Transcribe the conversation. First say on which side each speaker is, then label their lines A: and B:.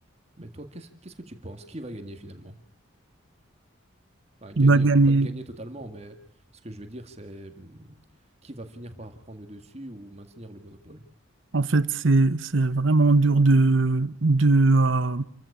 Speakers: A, on the right; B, on the right.
A: Mais toi, qu'est-ce, qu'est-ce que tu penses? Qui va gagner finalement? Enfin, gagner,
B: Il va gagner.
A: on peut pas gagner totalement, mais ce que je veux dire, c'est hum, qui va finir par prendre le dessus ou maintenir le monopole?
B: En fait, c'est, c'est vraiment dur de, de, euh,